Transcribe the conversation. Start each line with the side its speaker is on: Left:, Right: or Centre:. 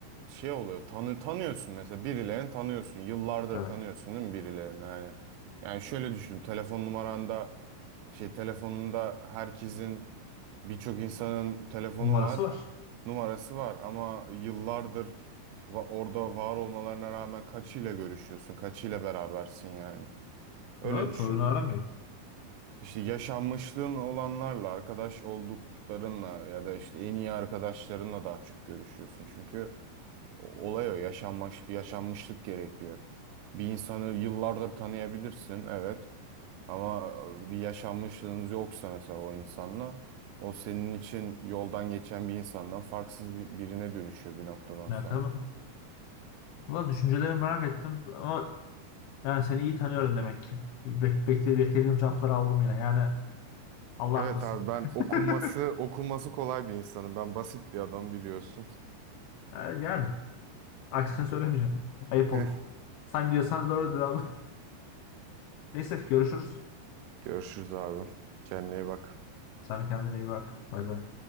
Right: şey oluyor tanı tanıyorsun mesela birilerini tanıyorsun yıllardır
Left: Evet.
Right: tanıyorsun değil mi birilerini yani yani şöyle düşün telefon numaranda şey telefonunda herkesin birçok insanın telefonu
Left: Numarası
Right: var
Left: var.
Right: numarası var ama yıllardır va- orada var olmalarına rağmen kaçıyla görüşüyorsun kaçıyla berabersin yani öyle
Left: Doğru.
Right: düşün.
Left: Çoğunu aramıyor.
Right: İşte yaşanmışlığın olanlarla, arkadaş olduklarınla ya da işte en iyi arkadaşlarınla daha çok görüşüyorsun. Çünkü o- olay o, yaşanmış, yaşanmışlık gerekiyor. Bir insanı yıllardır tanıyabilirsin, evet. Ama e, bir yaşanmışlığınız yoksa mesela o insanla, o senin için yoldan geçen bir insandan farksız bir- birine dönüşüyor bir noktadan
Left: Ya
Right: sonra.
Left: tabii. Valla düşüncelerimi merak ettim ama yani seni iyi tanıyorum demek ki. Bek bekle- beklediğim cevapları aldım yine. Yani Allah
Right: Evet
Left: arttırsın.
Right: abi ben okuması
Left: <laughs>
Right: okuması kolay bir insanım. Ben basit bir adam biliyorsun.
Left: Ha, Yani aksini söylemeyeceğim. Ayıp
Right: <laughs>
Left: olur. Sen diyorsan doğrudur abi. <laughs> Neyse görüşürüz.
Right: Görüşürüz abi. Kendine iyi bak.
Left: Sen de kendine iyi bak. Bay bay.